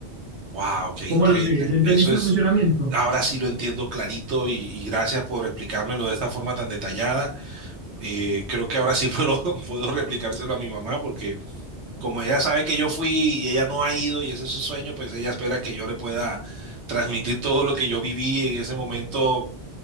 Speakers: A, on the right (about 85°); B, on the right (about 60°).
A: wow, qué
B: ¿Cómo
A: increíble.
B: lo ves? ¿Entendiste
A: Eso es,
B: el funcionamiento?
A: ahora sí lo entiendo clarito y, y gracias por explicármelo de esta forma tan detallada. Eh, creo que ahora sí puedo, <laughs> puedo replicárselo a mi mamá porque como ella sabe que yo fui y ella no ha ido y ese es su sueño, pues ella espera que yo le pueda transmitir todo lo que yo viví en ese momento